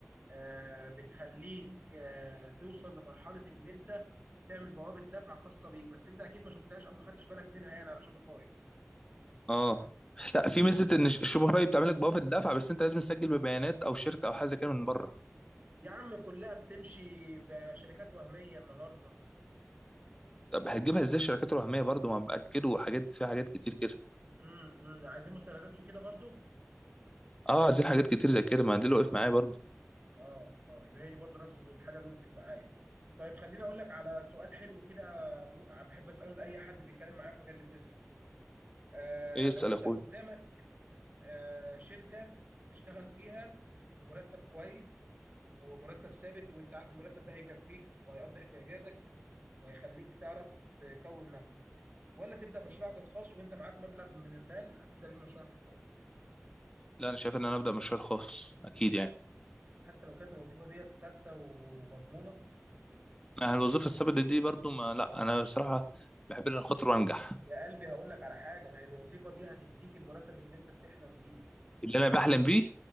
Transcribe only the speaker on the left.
اه لا في
ميزه ان ش- شوبيفاي بتعمل لك بوابه الدفع بس انت لازم تسجل ببيانات او شركه او حاجه زي كده من بره
طب هتجيبها ازاي الشركات الوهميه برضو ما باكدوا حاجات فيها حاجات كتير كده
اه عايزين حاجات كتير زي كده ما ده اللي وقف معايا برضو
ايه
اسال
يا اخوي
لا انا شايف ان انا ابدا مشروع خاص اكيد يعني
ما الوظيفه الثابته دي برضو ما لا انا بصراحه بحب ان انا خاطر وانجح
اللي
انا بحلم بيه